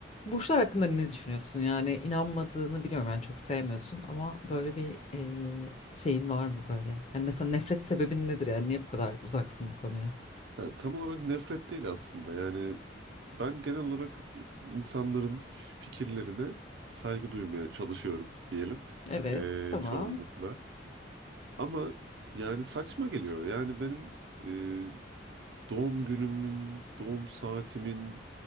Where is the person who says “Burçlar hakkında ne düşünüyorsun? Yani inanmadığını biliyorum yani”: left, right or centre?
Left